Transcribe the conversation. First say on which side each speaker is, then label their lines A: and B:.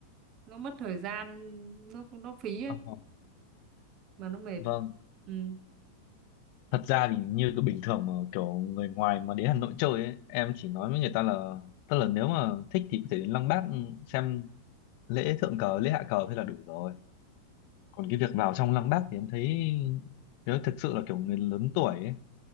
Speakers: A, on the right; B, on the left.
A: nó mất thời gian, nó nó phí ấy
B: Ờ, ờ,
A: mà nó mệt.
B: vâng
A: Ừ.
B: thật ra thì như cái bình thường mà kiểu người ngoài mà đến Hà Nội chơi ấy, em chỉ nói với người ta là tức là nếu mà thích thì có thể đến Lăng Bác ừ, xem lễ thượng cờ lễ hạ cờ thế là đủ rồi còn cái việc vào trong lăng Bác thì em thấy nếu thực sự là kiểu người lớn tuổi ấy,